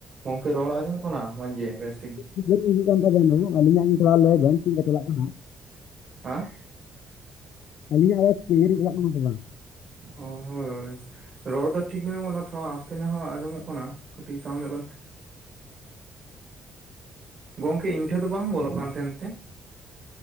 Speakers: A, on the right (about 40°); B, on the left (about 80°).
A: ᱜᱚᱢᱠᱮ ᱨᱚᱲ ᱟᱸᱡᱚᱢᱚᱜ ᱠᱟᱱᱟ ᱢᱚᱸᱡᱽ ᱜᱮ ᱵᱮᱥ ᱴᱷᱤᱠ
B: <unintelligible> ᱦᱩᱭᱩᱜ ᱠᱟᱱ ᱛᱟᱵᱮᱱᱟ ᱟᱹᱞᱤᱧᱟᱜ ᱜᱮᱧ ᱛᱷᱚᱲᱟ ᱞᱟᱹᱭ ᱵᱮᱱ ᱪᱮᱫ ᱞᱮᱠᱟ ᱪᱟᱞᱟᱜ ᱠᱟᱱᱟ
A: ᱦᱮᱸ
B: ᱟᱹᱞᱤᱧᱟᱜ <inaudible> ᱪᱟᱞᱟᱜ ᱠᱟᱱᱟ ᱥᱮ ᱵᱟᱝ
A: ᱚ ᱦᱳᱭ ᱨᱚᱲ ᱫᱚ ᱴᱷᱤᱠ ᱧᱚᱜ ᱛᱷᱚᱲᱟ ᱟᱥᱛᱮ ᱧᱚᱜ ᱟᱸᱡᱚᱢᱚᱜ ᱠᱟᱱᱟ ᱠᱟᱹᱴᱤᱡ ᱥᱟᱣᱩᱱ ᱧᱚᱜ
B: <unintelligible>
A: ᱜᱚᱝᱠᱮ ᱤᱧ ᱴᱷᱮᱱ ᱫᱚ ᱵᱟᱝ ᱵᱚᱞᱚᱜ ᱠᱟᱱ ᱛᱟᱦᱮᱱ ᱛᱮ